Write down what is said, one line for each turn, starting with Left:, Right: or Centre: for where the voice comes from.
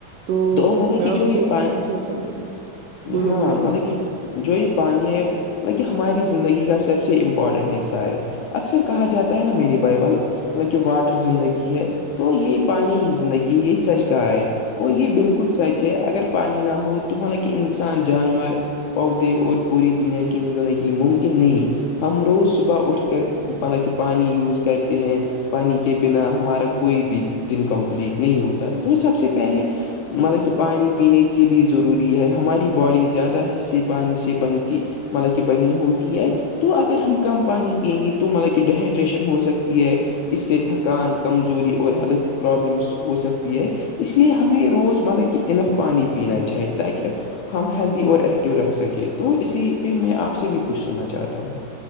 Right: تو
Left: مطلب
Right: میں
Left: کہ
Right: آپ
Left: جو یہ
Right: کو
Left: پانی
Right: اچھا چلو چلو بولو
Left: ہاں
Right: بولو
Left: مطلب
Right: آپ
Left: کہ جو یہ پانی ہے بطلب کہ ہماری زندگی کا سب سے امپورٹنٹ حصہ ہے اکثر کہا جاتا ہے نا میری بائیول مطلب کہ واٹر زندگی ہے تو یہ پانی ہی زندگی ہے یہ سج کا ہے اور یہ بالکل سچ ہے اگر پانی نہ ہو تو مطلب کہ انسان جانور پودے اور پوری دنیا کی زندگی ممکن نہیں ہم روز صبح اٹھ کر مطلب کہ پانی یوز کرتے ہیں پانی کے بنا ہمارا کوئی بھی دن کمپلیٹ نہیں ہوتا تو سب سے پہلے مطلب کہ پانی پینے کے لیے ضروری ہے ہماری باڈی زیادہ حصے پانی سے بنتی مطلب کہ بنی ہوتی ہے تو اگر ہم کم پانی پییں گے تو مطلب کہ ڈیہائیڈریشن ہو سکتی ہے اس سے تھکان کمزوری اور ہیلتھ پرابلمس ہو سکتی ہے اس لیے ہمیں روز مطب کہ انف پانی پینا چاہیے تاکہ ہم ہیلدی اور ایکٹیو رکھ سکیں تو اسی پہ میں آپ سے بھی کچھ سننا چاہتا ہوں